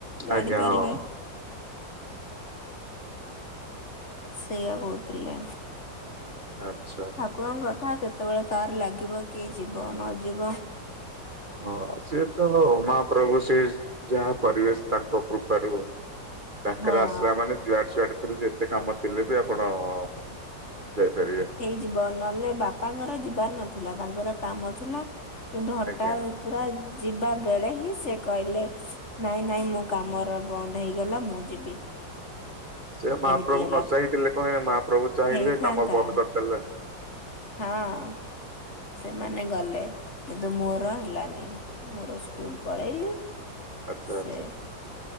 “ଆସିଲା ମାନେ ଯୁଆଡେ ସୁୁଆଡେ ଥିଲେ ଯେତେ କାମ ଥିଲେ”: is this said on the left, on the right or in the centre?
Right